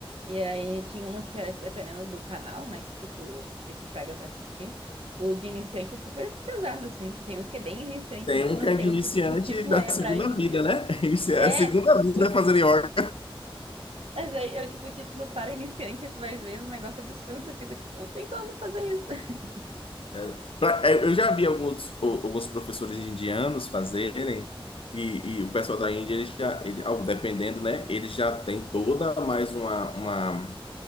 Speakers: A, on the right; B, on the left.
A: E aí tinha umas que, era, tipo, dependendo do canal, né, que tu, que tu pega pra assistir, o de iniciante é super pesado, assim. Tem uns que é bem iniciante
B: Tem
A: mesmo,
B: um que
A: mas
B: é
A: tem
B: de
A: uns
B: iniciante
A: que, tipo, o título
B: da
A: é
B: segunda
A: pra iniciante.
B: vida, né? <laughs> Inici- É
A: É!
B: a segunda vida
A: O,
B: fazendo yoga.
A: Mas aí eu, tipo, título para iniciante, aí tu vai ver uns negócios absurdos, eu fico, tipo, não tem como fazer isso. <laughs>
B: É, pra- é, eu já vi alguns, o- alguns professores indianos fazerem, e, e o pessoal da Índia, ele já, ele, ao- dependendo, né? Ele já tem toda mais uma, uma